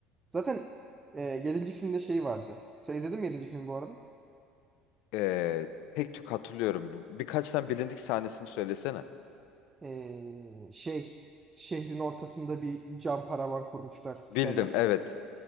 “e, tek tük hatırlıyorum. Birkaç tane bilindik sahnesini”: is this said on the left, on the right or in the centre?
Left